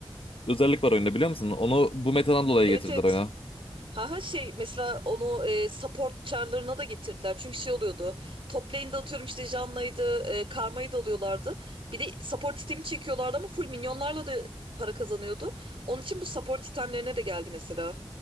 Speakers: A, on the left; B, on the right.
A: özellik var oyunda biliyor musun? Onu bu metadan dolayı
B: Evet
A: getirdiler
B: evet.
A: oyuna.
B: Ha ha şey mesela onu e, support çarlarına da getirdiler. Çünkü şey oluyordu. Top lane'de atıyorum işte Janna'ydı, e, Karma'yı da alıyorlardı. Bir de support itemi çekiyorlardı ama full minyonlarla da para kazanıyordu. Onun için bu support itemlerine de geldi mesela.